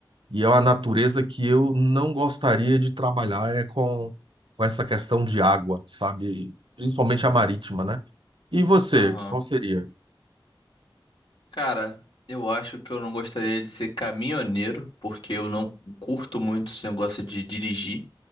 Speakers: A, on the right; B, on the left.
A: E é uma natureza que eu não gostaria de trabalhar é com, com essa questão de água, sabe? Principalmente a marítima, né? E você,
B: Aham.
A: qual seria?
B: Cara, eu acho que eu não gostaria de ser caminhoneiro, porque eu não curto muito esse negócio de dirigir.